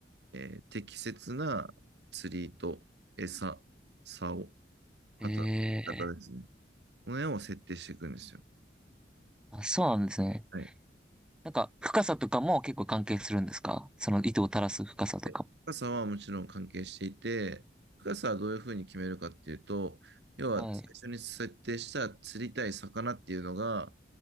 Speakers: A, on the right (about 70°); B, in the centre.
A: えー適切な釣りと餌、竿、あとは釣り方ですね。
B: ええ
A: この辺を設定していくんですよ。
B: あ、そうなんですね。
A: はい。
B: なんか、深さとかも結構関係するんですかその糸を垂らす深さとか。
A: はい深さはもちろん関係していて、深さはどういうふうに決めるかっていうと、要は最初に設定した釣りたい魚っていうのが、
B: はい。